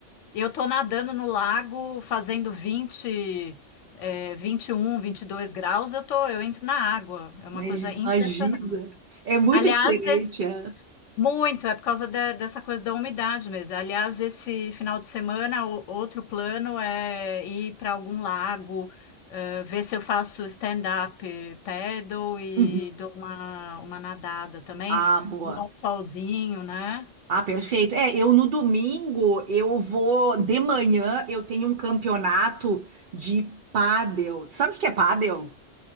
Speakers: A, on the left (about 80°); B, on the right (about 55°).
A: eu tô nadando no lago fazendo 20, é, 21, 22 graus, eu tô, eu entro na água. É uma
B: Mas
A: coisa impressionante.
B: Imagina. É muito
A: Aliás,
B: diferente,
A: esse-
B: é.
A: muito, é por causa de- dessa coisa da umidade mesmo. Aliás, esse final de semana, o- outro plano é ir para algum lago, eh, ver se eu faço stand-up paddle e
B: Uhum.
A: dou uma, uma nadada também.
B: Ah, boa.
A: Dar Um solzinho, né?
B: Ah, perfeito. É, eu no domingo, eu vou. De manhã, eu tenho um campeonato de pádel. Tu sabe o que que é pádel?